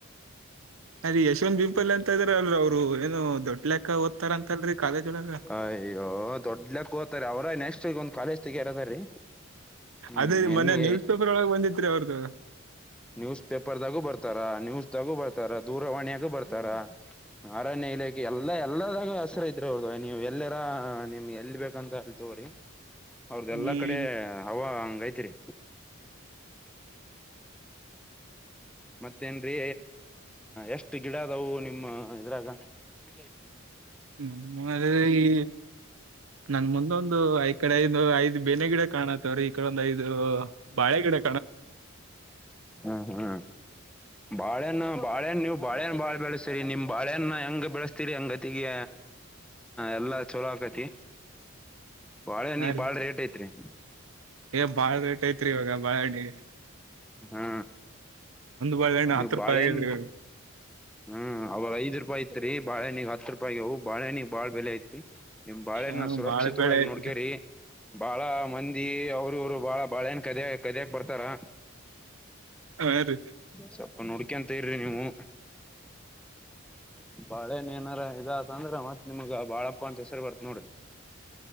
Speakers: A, on the right (about 80°); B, in the centre.
A: ಅದ ಯಶವಂತ್ ಬಿಪಲ್ ಅಂತ ಇದ್ರ ಅಲ್ರ ಅವರು ಏನು ದೊಡ್ಲೆಕ್ಕ ಓದ್ತಾರ ಅಂತಲ್ರರಿ ಕಾಲೇಜ್ ಒಳಗ
B: ಅಯ್ಯೋ ದೊಡ್ಲಕ್ಕ ಹೋತಾರೆ ಅವ್ರ ನೆಕ್ಸ್ಟ್ ಈಗ ಒಂದ್ ಕಾಲೇಜ್ ತೇಗಿಯಾರ್ ಅದರ್ ರೀ ಹ್ಮ್
A: ಅದೇ ರೀ
B: ನೆನ್ನೆ
A: ಮೊನ್ನೆ ನ್ಯೂಸ್ ಪೇಪರ್ ಒಳಗ್ ಬಂದಿತ್ರಿ ಅವ್ರದು
B: ನ್ಯೂಸ್ ಪೇಪರ್ದಾಗೂ ಬರ್ತ ಬರ್ತಾರ ನ್ಯೂಸ್ ತಾಗೂ ಬರ್ತಾರ ದೂರವಾಣಿಯಾಗು ಬರ್ತಾರ ಅರಣ್ಯ ಇಲಾಖೆ ಎಲ್ಲಾ ಎಲ್ಲಾದಾಗ ಹಸ್ರಿದ್ರು ಅವರ್ದ್ ನೀವ್ ಎಲ್ಲರಾ ನಿಮ್ಗೆ ಎಲ್ ಬೇಕ ಅಂತ ತಕೋರಿ ಅವ್ರ್ದ
A: ಹ್ಮ್
B: ಎಲ್ಲಾ ಕಡೆ ಹವ ಹಂಗ ಗೈತ್ರಿ ಮತ್ತೇನ್ರೀ ಎಷ್ಟ್ ಗಿಡ ಅದವು ನಿಮ್ಮ ಇದ್ರಾಗ ಪೂಜೆ ಆಯಿತ್ರಿ
A: ನಮ್ಮಲ್ಲಿ ಈ ನನ್ ಮುಂದೊಂದು ಈ ಕಡೆ ಐದು ಐದ್ ಬೇನೆ ಗಿಡ ಕಾಣತ್ತವ್ರೀ ಈ ಕಡೆ ಒಂದು ಐದು ಬಾಳೆ ಗಿಡಾ
B: ಹಾ ಹಾ ಬಾಳೆಹಣ್ಣು ಬಾಳೆಹಣ್ ನೀವು ಬಾಳೆಹಣ್ ಬಾಳೆ ಬೆಳೆಸ್ತರಿ ನಿಮ್ ಬಾಳೆಹಣ್ ಹೆಂಗ್ ಬೆಳೆಸ್ತೀರಿ ಹಂಗತಿಗೆ ಎಲ್ಲಾ ಚೋಲೋ ಆ ಬಾಳೆಹಣ್ಣಿಗ್
A: ಹಾ ರೀ
B: ಬಾಳ ರೇಟ್ ಐತ್ರಿ
A: ಏ ಬಾಳ ರೇಟ್ ಐತ್ರಿ ಇವಾಗ ಬಾಳಹಣ್ಣಿಗೆ
B: ಹಾ
A: ಬಾಳೆಹಣ್ಣು
B: ನೀ
A: ಹತ್ತು ರೂಪಾಯಿ
B: ಬಾಳೆನ್
A: ಆಗೇದ್ರಿ
B: ಹ್ಮ್ ಅವ್ರ ಐದ್ ರೂಪಾಯಿ ಐತ್ರಿ ಬಾಳೆನಗ್ ಹತ್ ರೂಪಾಯಗವು ಬಾಳೆಣ್ಣಿಗ್ ಬಾಳ ಬೆಲೆ ಐತಿ ನಿಮ್ ಬಾಳೆನ
A: ಹ
B: ಸುರಕ್ಷಿತವಾಗಿ
A: ಬಾಳ ಬೆಳೆ ಐತ್ರಿ
B: ನೋಡ್ಕೇರಿ ಬಾಳ ಮಂದಿ ಅವ್ರ ಇವ್ರು ಬಾಳ ಬಾಳ ನ್ ಕದ್ಯ ಕದಕ್ ಬರ್ತಾರ
A: ಹಾ ರೀ
B: ಸ್ವಪ ನುಡ್ಕಂತ ಇರ್ರಿ ನೀವು ಬಾಳೆನ್ ಏನಾರ ಇದ ಅಂದ್ರೆ ಮತ್ ನಿಮ್ಗ ಬಾಳಪ್ಪ ಅಂತ ಹೆಸರು ಬರ್ತ್ ನೋಡ್ರಿ